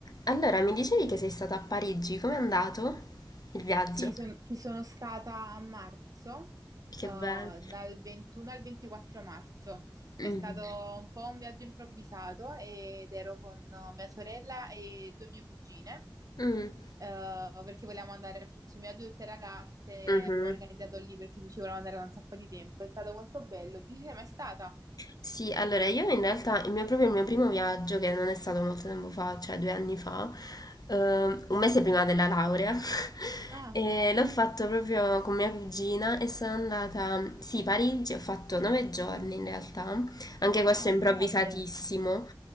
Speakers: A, on the left; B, on the right.
A: Allora, mi dicevi che sei stata a Parigi, com'è andato il viaggio?
B: Sì, son- ci sono stata a marzo,
A: Che
B: eh,
A: bello.
B: dal 21 al 24 marzo.
A: Mm.
B: È stato un po' un viaggio improvvisato ed ero con eh, mia sorella e due mie cugine,
A: Mm.
B: eh, perché volevamo andare a farci un viaggio tutte ragazze,
A: Mhm.
B: abbiamo organizzato lì perché ci volevamo andare da un sacco di tempo. È stato molto bello. Tu ci sei mai stata?
A: Sì, allora io in realtà il mio, proprio il mio primo viaggio, che non è stato molto tempo fa, cioè due anni fa, eh, un mese prima della laurea, <laughs>
B: Ah,
A: e l'ho
B: <laughs>
A: fatto proprio con mia cugina e sono andata, sì, a Parigi, ho fatto nove giorni in realtà, anche questo
B: ah,
A: è improvvisatissimo.
B: no, beh.